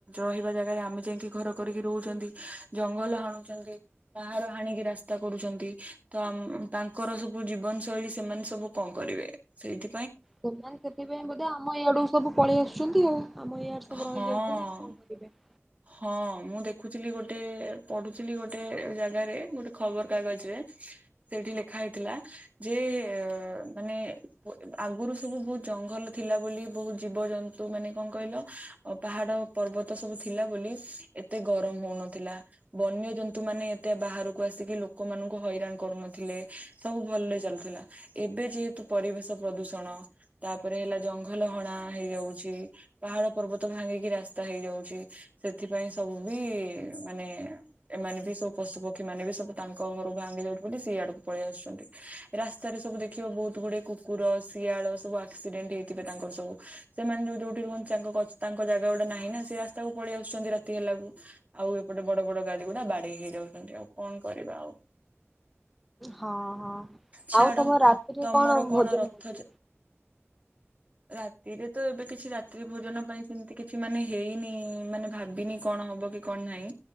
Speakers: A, on the right; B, in the centre.
A: ରହିବା ଆମେ ଯାଇକି ଘର କରିକି ରହୁଛନ୍ତି। ଜଙ୍ଗଲ ହାଣୁଚନ୍ତି ପାହାଡ଼ ହାଣିକି ରାସ୍ତା କରୁଛନ୍ତି। ତ ତାଙ୍କର ସବୁ ଜୀବନ ଶୈଳୀ ସେମାନେ ସବୁ କଣ କରିବେ ସେଇଥି
B: ସେମାନେ ସେଥିପାଇଁ ବୋଧେ ଆମ ଇଆଡୁ ସବୁ ପଳେଇ ଆସୁଛନ୍ତି। ଆଉ ଆମ ଇଆଡେ ସବୁ
A: ହଁ
B: ରହିଯାଉଛନ୍ତି। <inaudible>
A: ହଁ ମୁଁ ଦେଖୁଥିଲି ଗୋଟେ ପଢୁଥିଲି ଗୋଟେ ଜାଗାରେ ଗୋଟେ ଖବର କାଗଜ ରେ ସେଇଠି ଲେଖା ହେଇଥିଲା ଯେ ମାନେ ଆଗରୁ ସବୁ ବହୁତ ଜଙ୍ଗଲ ଥିଲା ବୋଲି ବହୁତ ଜୀବଜନ୍ତୁ ମାନେ କଣ କହିଲ ପାହାଡ ପର୍ବତ ସବୁ ଥିଲା ବୋଲି ଏତେ ଗରମ ହଉନଥିଲା ବନ୍ୟଜନ୍ତୁ ମାନେ ଏତେ ବାହାର ଆସିକି ଲୋକଙ୍କୁ ହଇରାଣ କରୁ ନଥିଲେ ସବୁ ଭଲରେ ଚାଲୁଥିଲା ଏବେ ଯେହେତୁ ପରିବ ପ୍ରଦୂଷଣ ତାପରେ ହେଲା ଜଙ୍ଗଲ ହଣା ହେଇଯାଉଛି ପାହାଡ ପର୍ବତ ଭାଙ୍ଗିକି ରାସ୍ତା ହେଇଯାଉଛି ସେଥିପାଇଁ ସବୁ ବି ମାନେ ଏମାନେ ବି ସବୁ ପଶୁକ୍ଷୀ ପକ୍ଷୀ ମାନେ ବି ସବୁ ତାଙ୍କ ଘର ଭାଙ୍ଗି ଯାଉଛନ୍ତି ବୋଲି ସେଇ ଆଡକୁ ପଳେଇ ଆସୁଛନ୍ତି ରାସ୍ତାରେ ସବୁ ଦେଖିବ ବହୁତ ଗୁଡ଼େ କୁକୁର ଶିଆଳ ସବୁ ଆକ୍ସିଡେଣ୍ଟ ହେଇଥିବେ। ତାଙ୍କର ସବୁ ସେମାନେ ଯୋଉ ଯୋଉଠି ରୁହନ୍ତି। ତାଙ୍କ ଗଛ ତାଙ୍କ ଜାଗା ଟେ ନାହିଁ ନା ସେ ରାସ୍ତାକୁ ପଳେଇ ଆସୁଛନ୍ତି। ରାତି ହେଲାକୁ ଆଉ ଏପଟେ ବଡ ବଡ ଗାଡି ଗୁଡା ବାଡେଇ ହେଇଯାଉଛନ୍ତି। ଆଉ କଣ କରିବା ଆଉ
B: ହଁ ହଁ।
A: ଛାଡ
B: ଆଉ ତମ ରାତିରେ
A: ତମର କଣ
B: ଭୋଜନ
A: ରଥ
B: ହଉଛି?
A: ରାତିରେ ତ ଏବେ କି କିଛି ରାତ୍ରି ଭୋଜନ ପାଇଁ ସେମିତି କିଛି ମାନେ ହେଇନି ମାନେ ଭାବିନି କଣ ହବ କି କଣ ନାହିଁ